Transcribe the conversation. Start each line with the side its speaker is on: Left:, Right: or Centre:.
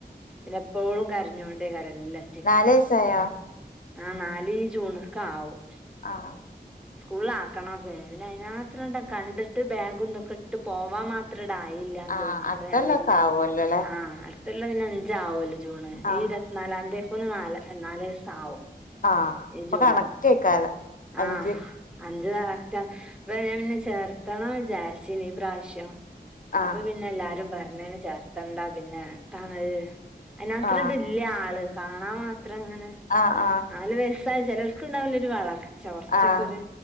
Centre: പിന്നെ എപ്പോഴും കരഞ്ഞോണ്ടേ കരല്ലേ.
Left: നാലു വയസ്സായ.
Centre: ആ നാല് ജൂണക്ക ആവും.
Left: ആഹ്.
Centre: സ്കൂളിൽ ആക്കണ അതെ. പിന്നെ അതിന് മാത്രം കണ്ടിട്ട് ബാഗും ഇതും ഇട്ട് പോവാൻ മാത്രം. യില്ലന്ന്
Left: ആഹ്
Centre: തോന്നിയപ്പയാ
Left: അടുത്തൊല്ലൊക്കെ
Centre: പിന്നെ
Left: ആവുല്ലോ ല്ലേ
Centre: ആ ഇല്ല പിന്നെ അഞ്ചാവല്ലോ ജൂണ്.
Left: ആഹ്
Centre: ഈ ഇരുപത്തിനാലാം തീയതിക്ക് നാല് നാല് വയസ് ആവും.
Left: ആഹ് അപ്പൊ
Centre: ഈ ജൂണ്
Left: കറന്റായിക്കാള് അഞ്ച്.
Centre: ആ അഞ്ച് കറന്റാ അപ്പൊ ഞാൻ പിന്നെ ചേർത്തണം വിചാരിച്ച് ഇനീ പ്രാവശ്യം
Left: ആഹ്
Centre: അപ്പൊ പിന്നെ എല്ലാരും പറഞ്ഞേന് ചേർത്തണ്ടാ പിന്നെ അത്താണൽ. അതിനത്ര
Left: ആഹ്
Centre: ഇതില്ല ആള്, കാണാ മാത്രം അങ്ങനെ
Left: ആഹ് ആഹ്
Centre: നാല് വയസ്റ്റ് ചിലൾക്കുണ്ടാവില്ലെ, ഒരു വളർച്ച കുറച്ചൊക്കെ
Left: ആഹ്
Centre: ഒരു